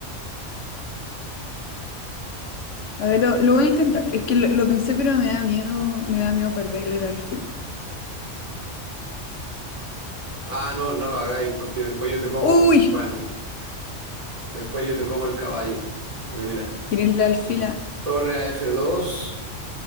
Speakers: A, on the left (about 80°); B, on the right (about 30°).
A: A ver, lo, lo voy a intentar. Es que lo, lo pensé, pero me da miedo, me da miedo perder el alfil.
B: Ah, no, no lo hagáis, porque después yo te como.
A: ¡Uy!
B: Bueno, después yo te como el caballo. Porque mira,
A: Tiré el alfil a...
B: torre a F2,